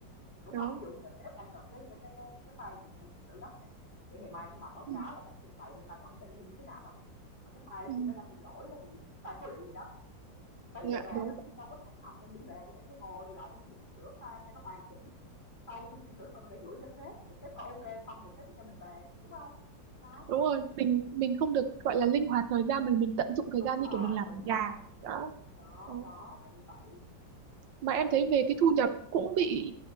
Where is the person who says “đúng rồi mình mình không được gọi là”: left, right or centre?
Right